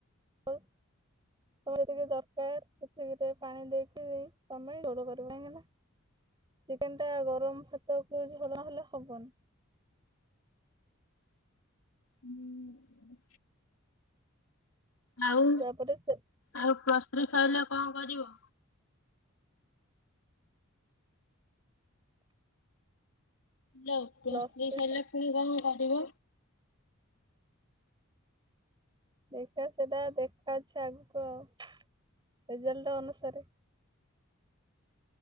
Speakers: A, on the right; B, on the left.
A: ହଁ। ତମର ଯେତିକି ଦରକାର ସେତିକିରେ ପାଣି ଦେଇକି ତମେ ଝୋଳ କରିବ କାହିଁକିନା ଚିକେନ୍ ଟା ଗରମ ଭାତକୁ ଝୋଳ ନହେଲେ ହବନି।
B: ହୁଁ। ଆଉ
A: ତାପରେ ସେ
B: ଆଉ ପ୍ଲସ ଥ୍ରି ସଇଲେ କଁ କରିବ? Hello plus
A: plus three
B: three ସରିଲେ ପୁଣି କଁ କରିବ?
A: ଦେଖିବା ସେଟା ଦେଖା ଅଛି ଆଗକୁ ଆଉ ରେଜଲ୍ଟ ଅନୁସାରେ।